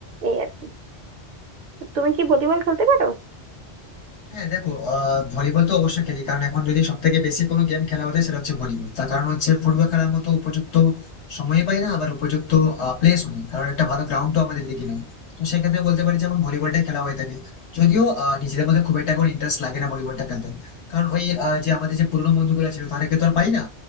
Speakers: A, on the right (about 55°); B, on the left (about 75°).
A: এই আর কি। তুমি কি ভলিবল খেলতে পারো
B: হ্যাঁ দেখো আহ ভলিবল তো অবশ্যই খেলি কারণ এখন যদি সব থেকে বেশি কোনো গেম খেলা হতো সেটা হচ্ছে ভলিবল তার কারণ হচ্ছে ফুটবল খেলার মতো উপযুক্ত সময় পাই না আবার উপযুক্ত প্লেসও নেই কারণ একটা ভালো গ্রাউন্ড তো আমাদের দিকে নেই তো সেক্ষেত্রে বলতে পারি যে এখন ভলিবলটাই খেলা হয়ে থাকে যদিও আহ, নিজেদের মধ্যে খুব একটা কোনো ইন্টারেস্ট লাগে না ভলিবলটা খেলতে কারণ ওই আহ, যে আমাদের যে পুরোনো বন্ধুগুলো ছিল তাদেরকে তো আর পাই না